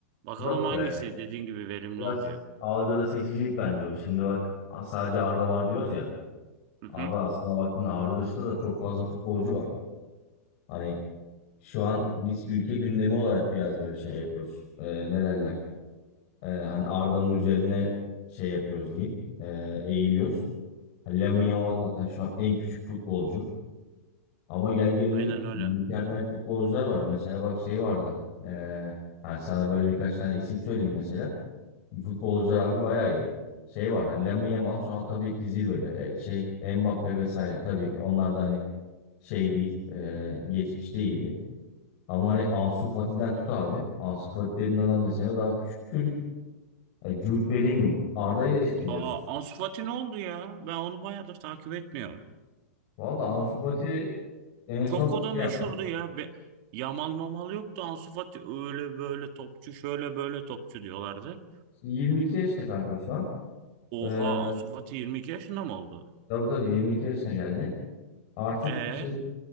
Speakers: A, on the right; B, on the left.
A: Bakalım
B: Yok
A: hangisi
B: be.
A: dediğin gibi verimli
B: Biraz
A: olacak.
B: algıda seçicilik bence o. Şimdi bak a- sadece Arda var diyoruz ya.
A: Hı hı.
B: Abi aslına baktığında Arda dışında da çok fazla futbolcu var. Hani şu an biz ülke gündemi olarak biraz böyle şey yapıyoruz. Ee, ne derler? Ee, hani Arda'nın üzerine şey yapıyoruz diyeyim. Ee, eğiliyoruz. Hani Lamine
A: Hı hı.
B: Yamal zaten şu an en küçük futbolcu. Ama gel gelelim
A: Aynen öyle.
B: yani mükemmel futbolcular var. Mesela bak şey vardı. Ee, hani sana böyle birkaç tane isim söyleyeyim mesela. Futbolcular abi bayağı iyi. Şey var hani Lamine Yamal şu an tabii ki zirvede. Ee, şey Mbappe vesaire tabii ki onlar da hani şey değil. ee, geçmişte iyiydi. Ama hani Ansu Fati'den tut abi. Ansu Fati dediğin adam mesela daha küçük bir çocuk. E, Jude Bellingham. Arda ile eşit biliyorsun.
A: Aa, Ansu Fati ne oldu ya? Ben onu bayağıdır takip etmiyorum.
B: Valla Ansu Fati en son
A: Çok o
B: şey
A: da meşhurdu
B: yaptı.
A: ya. Be Yamal mamal yoktu. Ansu Fati öyle böyle topçu şöyle böyle topçu diyorlardı.
B: 22 yaşta kanka şu an.
A: Oha
B: Ee,
A: Ansu Fati 22 yaşında mı oldu?
B: tabii tabii 22 yaşına geldi. Artık
A: Ee
B: şey